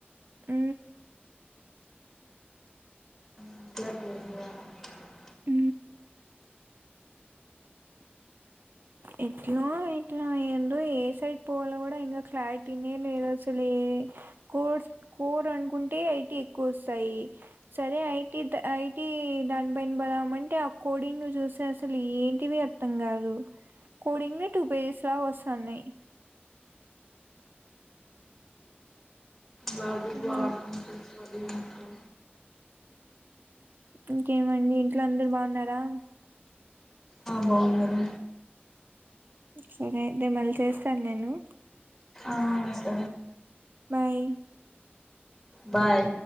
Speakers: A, on the right; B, in the centre.
A: అ
B: ంది
A: ఉ ఎట్లా ఎట్లా అయందో ఏ సైడ్ పోవాలో కూడా ఇంకా క్లారిటీనే లేదు అసలు ఏ కోడ్ కోడ్ అనుకుంటే ఐటీ ఎక్కువ వస్తాయి సరే ఐటీ ఐటీ దానిపైన బదం అంటే ఆ కోడింగ్లు చూస్తే అసలు ఏంటివి అర్థం కాదు కోంగ్ టూపేజస రా వసా నయి
B: బాగాీ
A: ఉమ్,
B: బ స్భతో
A: ఇంకేమండి ఇంట్లో అందరు బాగున్నారా
B: బాగున్నారు
A: సరే అయితే మళ్ళీ చేస్తాను నేను
B: ఆ వస్త
A: బాయ్
B: బాయ్